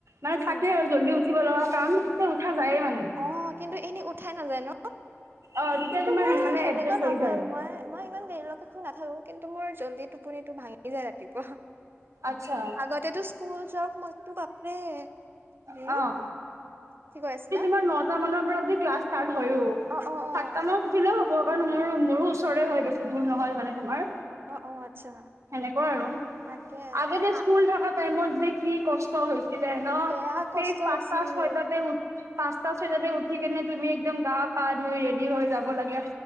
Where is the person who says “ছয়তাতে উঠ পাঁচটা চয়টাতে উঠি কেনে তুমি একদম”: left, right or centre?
Right